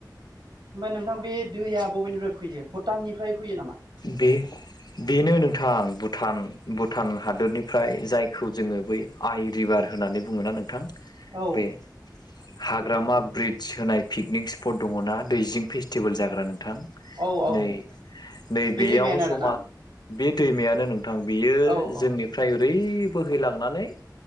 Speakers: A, on the right; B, on the left.
A: ओमफ्राय नोंथां बे दैया बबेनिफ्राय फैयो भुटाननिफ्राय फैयो नामा?
B: बे बेनो नोंथां भुटान भुटान हादरनिफ्राय जायखौ जोङो बै आइ रिभार होननानै बुङोना नोंथां
A: औ
B: बे हाग्रामा
A: औ औ
B: ब्रिज होनाय पिकनिक स्पट दङ ना दैजिं फेस्टिभेल जाग्रा नोंथां।
A: औ औ
B: नै नै
A: बे
B: बेयाव
A: दैमायानो आरोना
B: जमा बे दैमायानो नोंथां बेयो
A: औ औ
B: जोंनिफ्राय बेनिफ्राय ओरै बोहैलांनानै